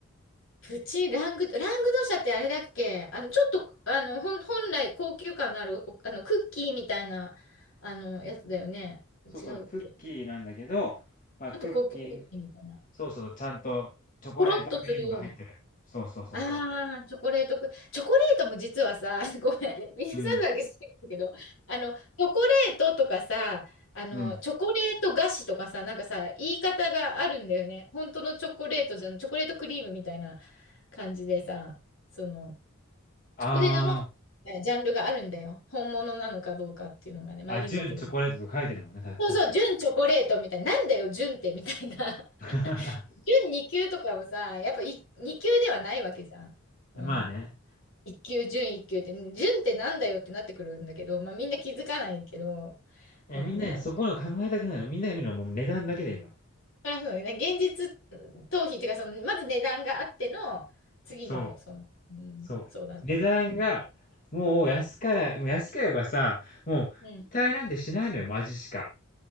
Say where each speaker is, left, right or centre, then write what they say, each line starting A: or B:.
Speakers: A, on the left; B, on the left.
A: プチラングド、ラングドシャってあれだっけあの、ちょっと、あの、ほん、本来高級感のあるお、あの、クッキーみたいな、あの、やつだよね。違うっけち
B: そうそう、クッキーなんだけど、まあ、
A: ょっと高級クッキーみたいな。
B: クッキーに、そうそうそう、ちゃんとチョコレートクリームが入ってる。
A: ポロッとするような。
B: そうそうそうそ
A: ああ、チョコレートク、チョコレートも実はさ、<laughs> ごめん、皆さんだけ好きなんだけど、
B: う。うん。
A: あの、チョコレートとかさ、あの、
B: うん。
A: チョコレート菓子とかさ、なんかさ、言い方があるんだよね。本当のチョコレートじゃん、チョコレートクリームみたいな感じでさ、その、チョコレートもえジャンルがあるんだよ。
B: あ
A: 本物なのかどうかっていうのがね、まあいいんだけど。
B: あ、あ、純チョコレートとか書いてるもんね、た確かに。
A: そうそう、純チョコレートみたいな、なんだよ、純ってみたいな。
B: <laughs>
A: 準2級とかもさ、やっぱい2級ではないわけじゃん。うん。
B: まあね。
A: 1級、準1級って、準ってなんだよってなってくるんだけど、まあみんな気づかないけど、
B: え、
A: まあね。
B: みんなね、そこの考えたくないの。みんなが見るのはもう値段だけで今。
A: そりゃそうだね。現実逃避っていうか、その、まず値段があっての、次の、
B: そう、
A: その、うん、
B: そう。
A: そうだね。
B: 値段が、
A: うん。
B: もう安から、もう安ければさ、もう期待なんてしないのよ、
A: うん。
B: もう味しか。